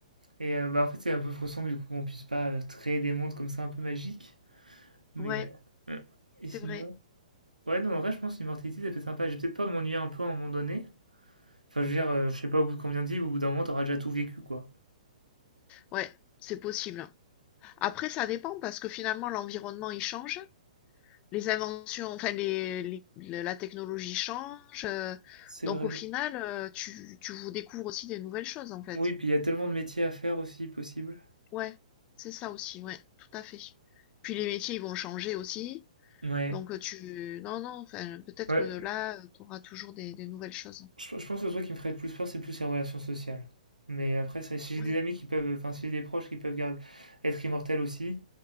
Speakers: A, on the right; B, on the left.
A: et heu, bah, en fait, c'est un peu frustrant, du coup, qu'on puisse pas, heu, créer des mondes comme ça un peu magiques, mais
B: Ouais,
A: heu, mmh et
B: c'est
A: sinon
B: vrai.
A: Ouais, non, en vrai, je pense que l'immortalité, ça fait sympa. J'ai peut-être peur de m'ennuyer un peu à un moment donné. Enfin, je veux dire, euh, je sais pas au bout de combien de vies, au bout d'un moment, t'auras déjà tout vécu, quoi.
B: Ouais, c'est possible. Après, ça dépend parce que finalement, l'environnement, il change. les inventions, enfin les, les- le- la technologie change. euh,
A: C'est
B: donc
A: vrai.
B: au final, euh, tu, tu vous découvres aussi des nouvelles choses en fait.
A: Oui, puis il y a tellement de métiers à faire aussi, possible.
B: Ouais, c'est ça aussi, ouais, tout à fait. Puis les métiers, ils vont changer aussi.
A: Ouais.
B: Donc euh, tu... Non, non, enfin, peut-être
A: Ouais,
B: que là, tu auras toujours des, des nouvelles choses.
A: je, je pense que le truc qui me ferait le plus peur, c'est plus les relations sociales. Mais après, ça, si j'ai
B: Ouais,
A: des amis qui peuvent, enfin, si j'ai des proches qui peuvent garder, être immortels aussi,